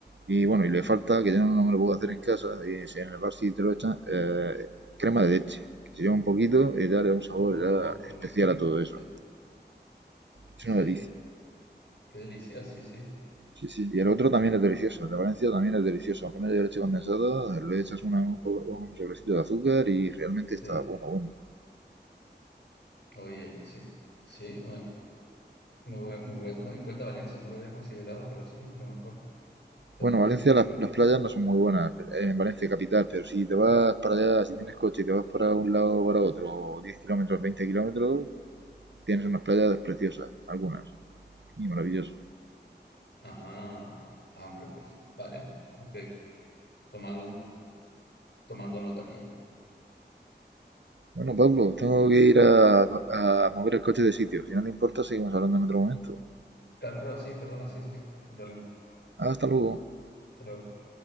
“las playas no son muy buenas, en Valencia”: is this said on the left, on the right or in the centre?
Right